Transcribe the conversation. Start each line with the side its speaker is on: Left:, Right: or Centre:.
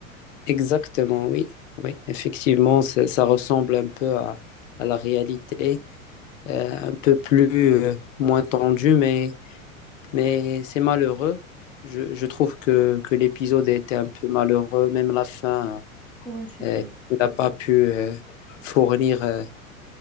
Left: Exactement, oui. Oui, effectivement, ça, ça ressemble un peu à, à la réalité, euh, un peu plus, euh, moins tendue, mais, mais c'est malheureux. Je, je trouve que, que l'épisode était un peu malheureux, même la fin.
Centre: Ouais, c'est
Left: euh,
Centre: vrai.
Left: euh, il n'a pas pu euh, fournir euh,